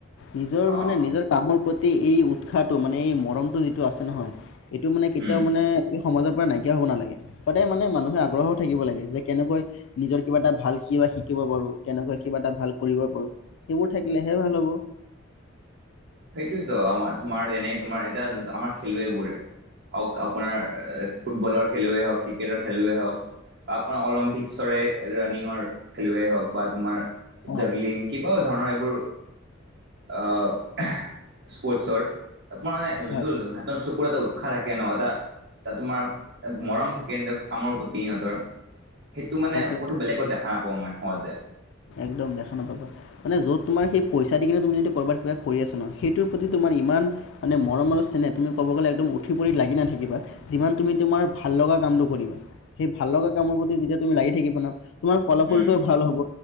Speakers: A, on the left; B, on the right.
A: নিজৰ
B: অ
A: মানে নিজৰ কামৰ প্ৰতি এই উৎসাহটো মানে এই মৰমটো যিটো আছে নহয় এইটো মানে কেতিয়াও
B: উম
A: মানে এই সমাজত নাইকিয়া হ'ব নালাগে সদায় মানে মানুহে আগ্ৰহ হই থাকিব লাগে যে কেনেকৈ নিজৰ কিবা এটা ভাল কিবা শিকিব কিবা এটা ভাল কৰিব পাৰো সেইবোৰ থাকিলেহে ভাল হ'ব।
B: সেইটোয়তো আমাৰ তোমাৰ যেনে তোমাৰ এতিয়া আমাৰ খেলুৱৈবোৰে হওক আপোনাৰ ফুটবলৰ খেলুৱেই হওক, ক্ৰিকেটৰ খেলুৱেই হওক, বা আপোনাৰ অলিম্পিকসৰে ৰানিঙৰ খেলুৱৈ হওক বা তোমাৰ
A: অ',
B: জগলিং কিবা ধৰণৰ এইবোৰ আহ স্পৰ্টচৰ আৰ মানে
A: হয়
B: যোনটো হাতৰ চকুৰ এটা উৎসাহ থাকে ন এটা তাত তোমাৰ মৰম থাকেৰ খামৰ প্ৰতি সিহঁতৰ সেইটো মানে
A: তাকেইতো।
B: ক'তো বেলেগত দেখা নাপাওঁ মই সহজে।
A: একদম দেখা নাপাবা। মানে যত তোমাৰেই পইচা দি কিনে তুমি যদি ক'ৰবাত কিবা কৰি আছা ন সেইটোৰ প্ৰতি তোমাৰ ইমান মানে মৰম আৰু চেনেহ তুমি ক'ব গ'লে একদম উঠি পৰি লাগি নাথাকিবা যিমান তুমি তোমাৰ ভাল লগা কামটো কৰিবা। সেই ভাল লগা কামৰ প্ৰতি যেতিয়া তুমি লাগি থাকিবা ন তোমাৰ ফলাফল
B: উম
A: টোও ভাল হ'ব